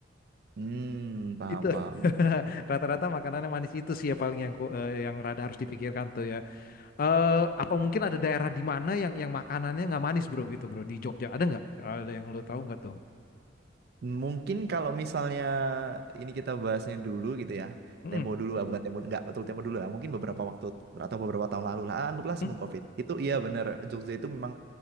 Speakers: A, on the right; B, on the left.
A: hmm, paham,
B: Itu <laughs>
A: paham.
B: rata-rata makanannya manis itu sih ya paling yang ku- eh, yang rada harus dipikirkan tuh ya. Eh apa mungkin ada daerah di mana yang yang makanannya nggak manis bro gitu bro di Jogja ada nggak? Ada yang lu tahu nggak tuh?
A: Mungkin kalau misalnya ini kita bahasnya dulu gitu ya,
B: Mm-mm.
A: tempo dulu, ah, bukan tempo, nggak betul tempo dulu lah. Mungkin beberapa waktu atau beberapa tahun lalu lah, ah, anggaplah
B: Hmm?
A: sebelum COVID. Itu
B: Hmm.
A: iya bener, Jogja itu memang